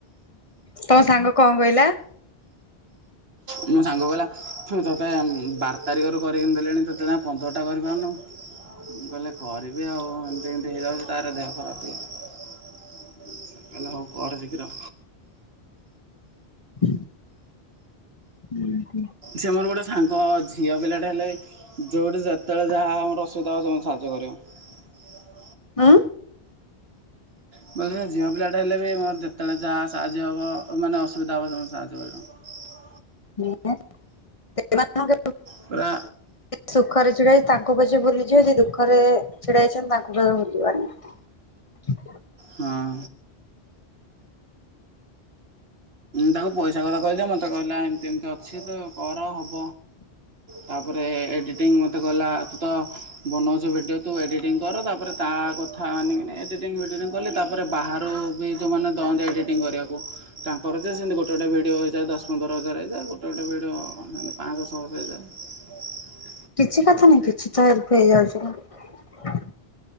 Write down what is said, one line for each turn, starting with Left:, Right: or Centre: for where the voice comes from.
Left: ତମ ସାଙ୍ଗ କଣ କହିଲା
Right: ମୋ ସାଙ୍ଗ କହିଲା ତୁ ତୋତେ ବାର ତାରିଖରୁ କରିକି ଦେଲିଣି ତତ୍ <unintelligible> ପନ୍ଦରଟା କରିିପାରୁନୁ ମୁଁ କହିଲି କରିବି ଆଉ ଏ ଯେମିତି ହେଇଯାଉଛି ତାର ଦେହ ଖରାପ <unintelligible> ସେ କହିଲା ହଉ କର ଶୀଘ୍ର
Left: <inaudible> ହୁଁ।
Right: ସେ ମୋର ଗୋଟେ ସାଙ୍ଗ ଅଛି ଝିଅ ପିଲାଟେ ହେଲେ ଯୋଉଠି ଯେତେବେଳେ ଯାହା ଆମର ଅସୁବିଧା ହବ ସେ ମତେ ସାହାଯ୍ୟ କରିବ।
Left: ଆଁ
Right: <unintelligible> ଝିଅ ପିଲାଟା ହେଲେ ବି ମୋର ଯେତେବେଳେ ଯାହା ସାହାଯ୍ୟ ହବ ମାନେ ଅସ୍ <unintelligible> ସାହାଯ୍ୟ କରିବ
Left: ଁ ସେ <unintelligible> ଝ <unintelligible>
Right: ପୁରା
Left: ଦୁଃଖରେ ଛିଡା ହେଇଛି ତାଙ୍କୁ କି ଯ ଭୁଲିଯିବ ଯ ଦୁଃଖରେ ଛିଡା ହେଇଛନ୍ତି ତାଙ୍କୁ କେବେ ଭୁଲିବନି।
Right: ହଁ ତାଙ୍କୁ ପଇସା କଥା କହିଦିଅ ମୋତେ କହିଲା ଏମିତି ଏମିତି ଅଛି ତ କର ହବ ତାପରେ ଏ ଏଡ଼ିଟିଙ୍ଗ ମୋତେ କଲା ତୁ ତ ବନାଉଛୁ ଭିଡ଼ିଓ ତୁ ଏଡ଼ିଟିଂ କର ତାପରେ ତା କଥା ମାନିକିନି ଏଡ଼ିଟିଙ୍ଗ ଫିଡ଼ିଟିଙ୍ଗ କଲି ତାପରେ ବାହାରୁ ବି ଯେଉଁମାନେ ଦଅନ୍ତି ଏଡ଼ିଟିଙ୍ଗ କରିବାକୁ ତା କରରଚ ସେମିତି ଗୋଟେ ଗୋଟେ ଭିଡ଼ିଓ ହୋଇଇଯାଏ ଦଶ ପନ୍ଦର ହଜାର ହେଇଯାଏ ଗୋଟେ ଗୋଟେ ଭିଡ଼ିଓ ସେମିତି ପାଞ୍ଚଶ ଛଅସ ହେଇଯାଏ।
Left: କିଛି କଥା ନାହିଁ କିଛି ତ ହେଇଯାଉଛି ନା